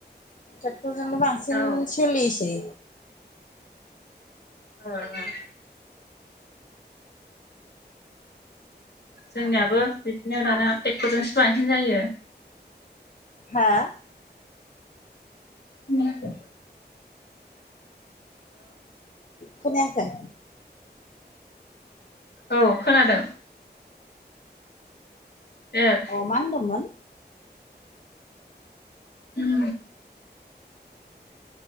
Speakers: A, on the left; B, on the left.
A: ट्रेक्टरजोंनो बांसिन
B: औ ओ
A: सोलियोसै
B: ओम ओम जोंनियाबो बिदिनो दाना ट्रेक्टरजोंसो बांसिन जायो
A: हा।
B: उम हेल
A: खोनायाखै
B: औ खोनादों। ए
A: अ' मा होनदोंमोन?
B: उम